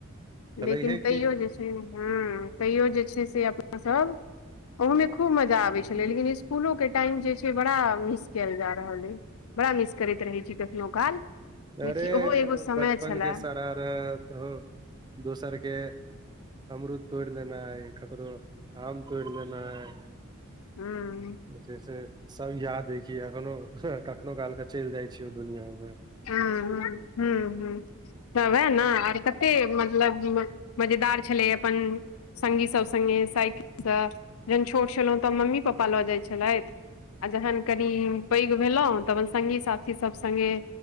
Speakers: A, on the right; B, on the left.
A: छलैहे
B: लेकिन
A: की
B: तैयो जे छै, हम्म तैयो जे छै से अपनासब ओहोमे खूब मजा आबै छलै, लेकिन स्कुलों के टाइम जे छै, बड़ा मिस कैल जा रहल अय। बड़ा मिस करैत रहै छी कखनो काल। बुझी
A: अरे
B: ओहो एगो समय
A: बचपन
B: छलए
A: के शरारत हो दोसर के अमरूद तोड़ि लेनाई ककरो आम तोड़ि लेनाई
B: हूँ
A: जे छै सब याद अय कि अखनो, कखनो काल के चलि जाइ छी‌ ओ दुनिया म।
B: हूं-हूं हम्म- हम्म त वएह न आर कते मतलब मजेदार छलै अपन संगी सब संगे साइकिलसँ, जहन छोट छलहुँ तऽ मम्मी- पप्पा लऽ जाइ छलैथ। आ जहन कनि पैघ भेलौ तहन संगी साथी सब संगे